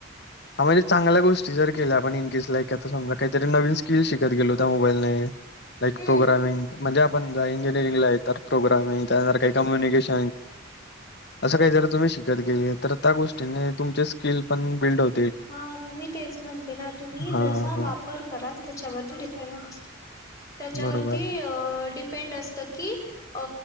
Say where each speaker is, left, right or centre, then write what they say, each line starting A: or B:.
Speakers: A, on the left; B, on the left.
A: हा म्हणजे चांगल्या गोष्टी ज केल्या आपण इन केस लाईक आता समजा काहीरी नवीन किल शिकत गेलो होता मोबाईलने लाईक
B: हम्म
A: प्रोग्रामिंग म्हणजे आपण इंजिनिअरिंगला आहे तर प्रो्रामिंग त्यांत काही कम्यिकेश अस काही तम्ही श गे तर त्या गो तुम स्कि पण बिल्ड हो
B: हा मग मी तेच म्हणते ना तुम्ही
A: हा
B: जसा
A: हा
B: वापर खरा त्याच्यावरती डिपेंड असत त्याच्यावरती
A: बरोबर
B: डिपेंड असत की अ